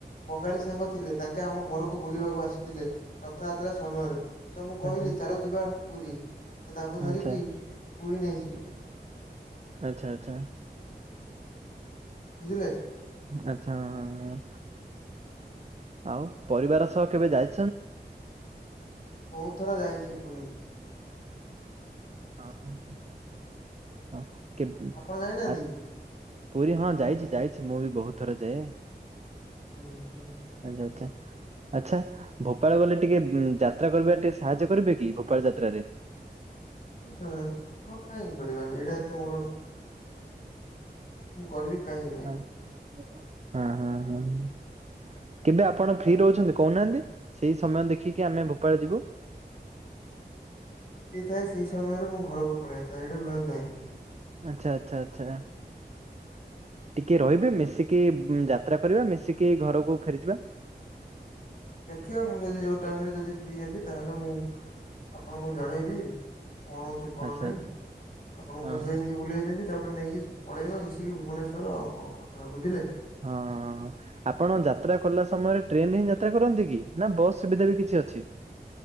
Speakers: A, on the left; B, on the right.
A: ବଙ୍ଗାଳୀ ସାଙ୍ଗ ଥିଲେ ତାଙ୍କେ ଆମ ଘରକୁ ବୁଲିବାକୁ ଆସିଥିଲେ ରଥଯାତ୍ରା ସମୟରେ ମୁଁତ କହିଲି
B: ଆଚ୍ଛା
A: ଚାଲ ଯିବା ପୁରୀ ତ ତାଙ୍କୁ ଧରିକି
B: ଆଚ୍ଛା
A: ପୁରୀ ନେଇଥିଲି।
B: ଆଚ୍ଛା ଆଚ୍ଛା।
A: ବୁଝିଲେ।
B: ଆଚ୍ଛା ହଁ ହଁ। ଆଉ ପରିବାର ସହ କେବେ ଯାଇ
A: ବହୁତ ଥର ଯାଇଛି ପୁରୀ।
B: ହଁ ହଁ କେ
A: ଆପଣ ଯାଇନାହାନ୍ତି
B: ଆ- <unintelligible>
A: କି?
B: ପୁରୀ ହଁ ଯାଇଛି ଯାଇଛି ମୁଁ ବି ବହୁତ ଥର ଯାଏ।
A: ଉଁ ହୁଁ
B: ଆଛା <unintelligible> ଆଚ୍ଛା ଗୋପାଳ ଗଲେ ଟିକେ ମୁଁ ଯାତ୍ରା କରିବାରେ ଟିକେ ସାହାଯ୍ୟ କରିବେ କି ଗୋପାଳ ଯାତ୍ରାରେ।
A: <unintelligible> କଣ ପାଇଁ କରିବାନି ଏଇଟା ତ ମୋର ମୁଁକରିବି କହିଁକିନା?
B: ଆ ହୁଁ ହୁଁ ହୁଁ। କେବେ ଆପଣ ଫ୍ରି ରହୁଛନ୍ତି କହୁନାହାନ୍ତି ସେଇ ସମୟ ଦେଖିକି ଆମେ ଗୋପାଳ ଯିବୁ।
A: ଫ୍ରି ଥାଏ ସେଇ ସମୟରେ ମୁଁ ଘରକୁ ପଳେଇଥାଏ ହେଠି ରୁହେ ନାହଁ।
B: ଆଚ୍ଛା ଆଚ୍ଛା ଆଚ୍ଛା। ଟିକେ ରହିବେ ମିଶିକି ଯାତ୍ରା କରିବା ମିଶିକି ଘରକୁ ଫେରିଯିବା।
A: ଦେଖିବା ମୁଁ ଯଦି ଯୋଉ ଟାଇମରେ ଯଦି ଫ୍ରି ହେବି ତାହେଲେ ମୁଁ ଆପଣଙ୍କୁ ଜଣେଇବି କଣ ହଉଛି କଣ
B: ଆଚ୍ଛା
A: ନାହିଁ
B: ଆଚ୍ଛା
A: ଆପଣଙ୍କୁ
B: ହଁ
A: ସେ ନେଇ ବୁଲେଇ ଦେବି। ତାପରେ ନେଇକି ପଳେଇବା ମିଶିକି ଭୁବନେଶ୍ଵର ଆଉ କଣ କଥା ବୁଝିଲେ କି।
B: ହଁ ହଁ ହଁ।। ଆପଣ ଯାତ୍ରା କଲା ସମୟରେ ଟ୍ରେନରେ ହିଁ ଯାତ୍ରା କରନ୍ତି କି ନା ବସ୍ ସୁବିଧା ବି କିଛି ଅଛି।